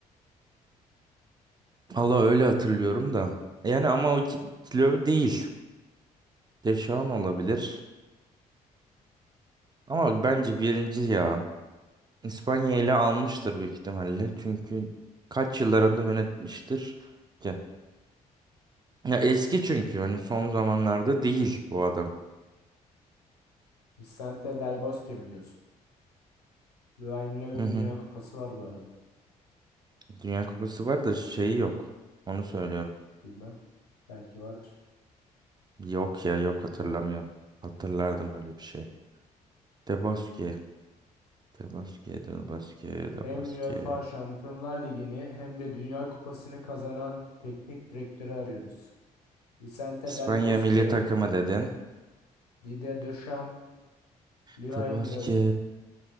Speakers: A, on the right; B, on the left.
A: Allah öyle hatırlıyorum da. Yani ama o iki- Löw değil. Deşan olabilir. Ama bence birinci ya. İspanya ile almıştır büyük ihtimalle. Çünkü kaç yıllarında yönetmiştir ki? Ya eski çünkü hani son zamanlarda değil bu adam.
B: Vicente Del Bosque mi diyorsun? Joachim Löw'ün
A: Hı hı.
B: Dünya Kupası var bu arada.
A: Dünya Kupası var da şeyi yok. Onu söylüyorum.
B: Bilmem. Belki vardır.
A: Yok ya yok hatırlamıyorum. Hatırlardım öyle bir şey. De Bosque. De Bosque, De Bosque, De
B: Hem
A: Bosque.
B: UEFA Şampiyonlar Ligi'ni hem de Dünya Kupası'nı kazanan teknik direktörü arıyoruz. Vicente
A: İspanya
B: Del Bosque,
A: milli takımı dedin.
B: Didier Deschamps, Luhaim
A: De Bosque.
B: Löw.